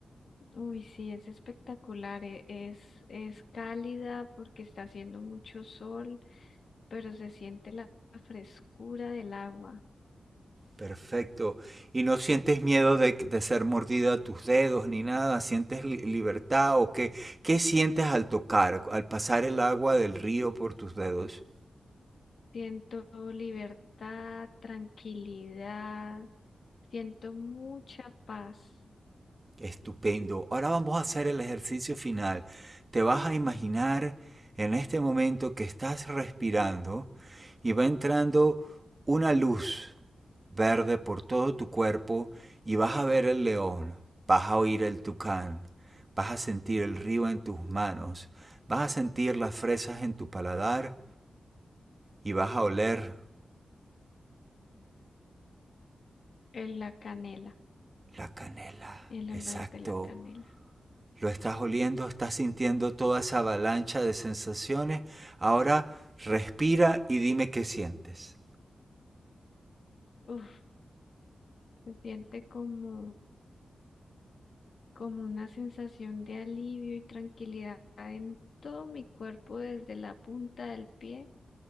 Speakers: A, on the left; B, on the right.
A: Uy, sí, es espectacular. e- Es, es cálida porque está haciendo mucho sol. pero se siente la frescura del agua.
B: Perfecto. ¿Y no sientes miedo de, de ser mordida a tus dedos ni nada? ¿Sientes li- libertad o qué? ¿Qué sientes al tocar, al pasar el agua del río por tus dedos?
A: Siento libertad, tranquilidad, siento mucha paz
B: Estupendo. Ahora vamos a hacer el ejercicio final. Te vas a imaginar en este momento que estás respirando y va entrando una luz verde por todo tu cuerpo y vas a ver el león, vas a oír el tucán, vas a sentir el río en tus manos, vas a sentir las fresas en tu paladar y vas a oler
A: en la canela,
B: la canela.
A: el
B: Exacto.
A: olor de la canela.
B: Lo estás oliendo, estás sintiendo toda esa avalancha de sensaciones. Ahora respira y dime qué sientes.
A: Uf, se siente como, como una sensación de alivio y tranquilidad en todo mi cuerpo, desde la punta del pie